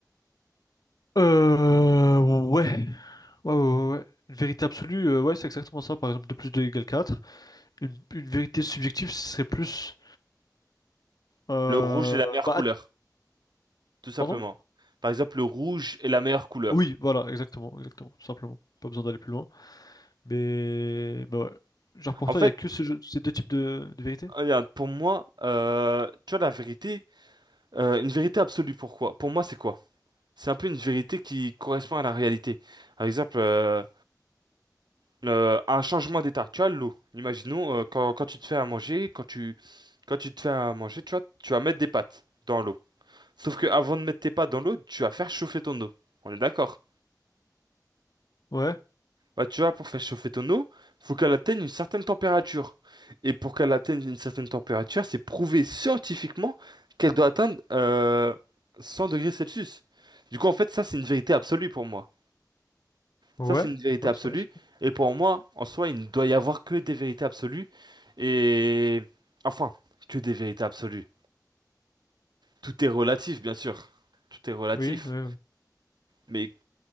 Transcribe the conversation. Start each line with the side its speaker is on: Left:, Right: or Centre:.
Left: Euh, ouais. Ouais, ouais, ouais. ouais. Une vérité absolue, euh, ouais, c'est exactement ça. Par exemple, 2 plus 2 égale quatre Une, une vérité subjective, ce serait plus... Euh,
Right: Le rouge est la meilleure
Left: bah,
Right: couleur,
Left: ad-
Right: tout simplement.
Left: pardon?
Right: Par exemple, le rouge est la meilleure couleur.
Left: Oui, voilà, exactement, exactement, tout simplement. Pas besoin d'aller plus loin. Mais, bah ouais. Genre pour
Right: En
Left: toi,
Right: fait,
Left: il n'y a que ce jeu- ces deux types de, de vérités?
Right: regarde, pour moi, euh, tu vois, la vérité. Euh, une vérité absolue, pourquoi? Pour moi, c'est quoi? C'est un peu une vérité qui correspond à la réalité. Par exemple, euh, le- un changement d'état. Tu as l'eau. Imaginons, euh, quand, quand tu te fais à manger, quand tu, quand tu te fais à manger, tu vois, tu vas mettre des pâtes dans l'eau. Sauf que avant de mettre tes pâtes dans l'eau, tu vas faire chauffer ton eau. On est d'accord?
Left: Ouais,
Right: Bah, tu vois, pour faire chauffer ton eau, faut qu'elle atteigne une certaine température. Et pour qu'elle atteigne une certaine température, c'est prouvé scientifiquement qu'elle doit atteindre euh, 100 degrés Celsius. Du coup, en fait, ça, c'est une vérité absolue pour moi.
Left: ouais,
Right: Ça, c'est une vérité
Left: ouais,
Right: absolue.
Left: ça va, ça va.
Right: Et pour moi, en soi, il ne doit y avoir que des vérités absolues. Et... Enfin, que des vérités absolues. Tout est relatif, bien sûr. Tout est relatif.
Left: Oui, ouais, ouais.
Right: Mais